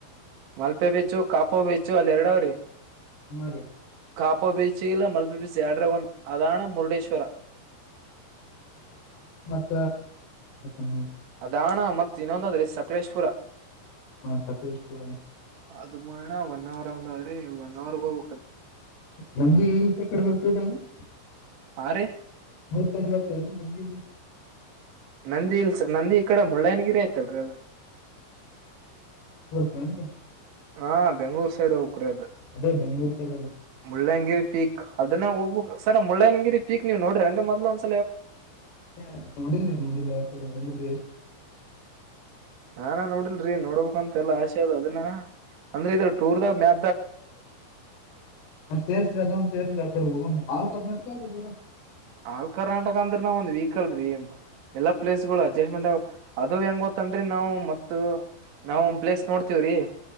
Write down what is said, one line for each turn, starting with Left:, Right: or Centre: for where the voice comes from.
Right: ಮಲ್ಪೆ ಬೀಚು ಕಾಪು ಬೀಚು ಅಲ್ಲಿ ಎರಡಾವ್ರಿ
Left: ಹಾ ರೀ
Right: ಕಾಪು ಬೀಚ್ ಚಲ ಮಲ್ಬಿಬಿಸಿ ಎಡ್ರ ಒಂದು ಅದಾನ ಮುರುಡೇಶ್ವರ
Left: ಹ ಹ
Right: ಅದಾಣ ಮ ಇನ್ನೊಂದಾದ್ರೆ ಸಕಲೇಶ್ಪುರ
Left: ಹಾ ಸಕಲೇಶ್ಪುರ
Right: ಅದ ಮಣ ಒನ್ ಅವರ್ ಅವದ್ರಿ ಒನ್ ಅವರ್ ಹೋಗ್ಬೇಕ
Left: ನಮ್ದಿ ಇಲ್ಸ ಕಡೆ ಬ ಹ್ಮ
Right: ಹಾ ರೀ
Left: ಸರಿಲ್ಲ ನಂದಿ
Right: ನಂದಿ ಇಲ್ಸ ನಂದಿ ಈ ಕಡೆ ಮುಳ್ಳಯನಗಿರಿ ಆಯ್ತಲ್ರಿ ಅದು
Left: ಹ
Right: ಹಾ ಬೆಂಗ್ಳೂರ್ ಸೈಡ್ ಹೋಗಕ್ರೆ ಅದು
Left: ಅದೇ ಬೆಂಗ್ಳೂರ್ ಸೈಡ್ ಅಲ್ಲ
Right: ಮುಳ್ಳಂಗಿರಿ ಪೀಕ್ ಅದನ್ನ ಹೋಗ ಹ ಸ ಮುಳ್ಳ್ಯನಗಿರಿ ಪಕ್ ನೀವು ನೋರರಿ ಅ್ರ ಮದ್ ಒ
Left: ಹ ಹ ನೋಡಿಲ್ರಿ ನೋಡಿಲ್ ನೋಡಿಲ್ರಿ
Right: ನಾಾನ ನೋಡಿಲ್ರರಿ ನೋಡ್ಬೇಕಂತ ಎಲ್ಲಾ ಆಸೆ ಅದ ಅದನ್ನ ಅಂದ್ರೆ ಇದ್ರ ಟೂರ್ದ ಮ್ಯಾ
Left: ತೇರ್ಸ್ರಿ ಅದ ಒಂದು ತೇರ್ಸ್ರಿ ಅ ಕಡೆ ಹೋಗೋ ಹಾಲ್ ಕರ್ಮಡ್ತ ರೀ ಪೂರ
Right: ಆಾಲ್ ಕರ್ನಾಟಕ ಅಂದ್ರ ನಾವ್ ಒಂದ್ ವೀಕಲ್ರರಿ ಎಲ್ಲಾ ಪ್ಲೇಸ್ಗಳು ಅಡ್ಜಸ್ಟ್ಮೆಂಟ್ ಅದು ಹೆಂಗ ಗತ್ತನ್ರಿ ನಾವ್ ಮತ್ ನಾವವು ಒಂದ್ ಪ್ಲೇಸ್ ನೋಡ್ತೇವ್ರಿ